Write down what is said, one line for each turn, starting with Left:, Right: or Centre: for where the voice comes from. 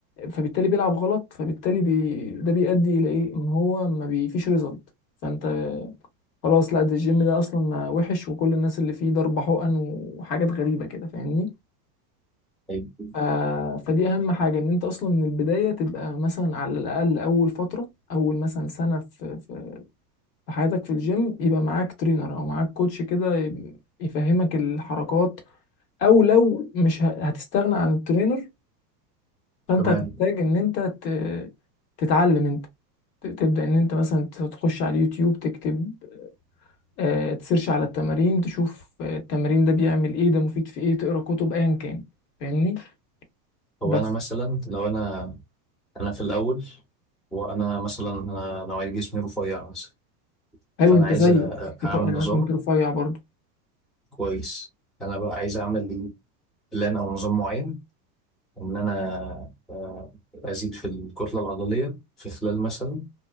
Left: فبالتالي بيلعب غلط فبالتالي بي... ده بيؤدي الى ايه ان هو ما بي- فيش ريزلت فانت خلاص لا ده الجيم ده اصلا ما وحش وكل الناس اللي فيه ضرب حقن وحاجات غريبة كده فاهمني
Centre: أيوة.
Left: ف... فدي اهم حاجة ان انت اصلا من البداية تبقى مثلا على الاقل اول فترة اول مثلا سنة في في حياتك في الجيم يبقى معاك ترينر او معاك كوتش كده ي- يفهمك الحركات او لو مش ه- هتستغنى عن الترينر فانت
Centre: تمام
Left: هتحتاج ان انت ت- تتعلم انت ت- تبدأ ان انت مثلا ت- تخش على اليوتيوب تكتب آه، تسيرش على التمارين تشوف آه، التمرين ده بيعمل ايه ده مفيد في ايه تقرا كتب ايا كان فاهمني بس
Centre: هو أنا مثلا لو أنا أنا في الأول وأنا مثلا أنا نوعية جسمي رفيع مثلا
Left: حلو
Centre: فأنا
Left: انت
Centre: عايز
Left: زي
Centre: أ- أعمل
Left: انا
Centre: نظام
Left: كنت رفيع برضو
Centre: كويس أنا بقى عايز أعمل بلان أو نظام معين إن أنا آه، أزيد في الكتلة العضلية في خلال مثلا